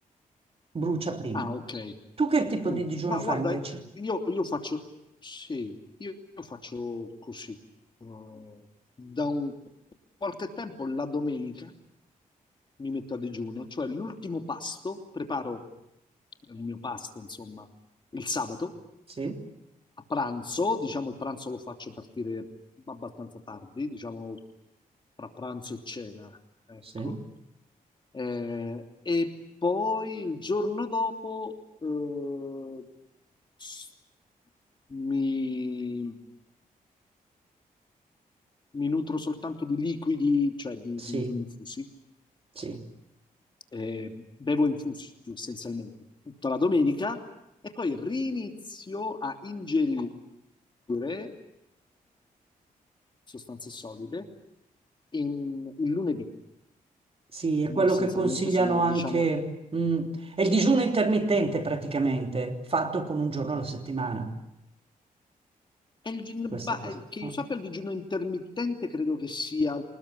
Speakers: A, on the right; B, on the left.
A: brucia prima.
B: Ah, ok.
A: Tu che tipo
B: Mm.
A: di digiuno
B: Ma
A: fai
B: guarda,
A: invece?
B: io, io faccio, sì, io, io faccio così. Eh, da un- qualche tempo la domenica mi metto a digiuno, cioè l'ultimo pasto, preparo il mio pasto, insomma, il sabato
A: Sì,
B: a pranzo, diciamo il pranzo lo faccio partire abbastanza tardi, diciamo tra pranzo e cena, ecco.
A: sì,
B: Eh, e poi il giorno dopo eh, s- mi, mi nutro soltanto di liquidi, cioè di,
A: sì,
B: di- di infusi,
A: sì.
B: eh, bevo infusi essenzialmente tutta la domenica e poi rinizio a ingerire eh, sostanze solide in- il lunedì.
A: Sì, è
B: Quindi
A: quello
B: essenzialmente
A: che consigliano
B: sono,
A: anche,
B: diciamo,
A: mm, è il digiuno intermittente praticamente, fatto con un giorno alla settimana,
B: è il gin-
A: questa
B: ba-
A: cosa.
B: eh, che io
A: no?
B: sappia il digiuno intermittente credo che sia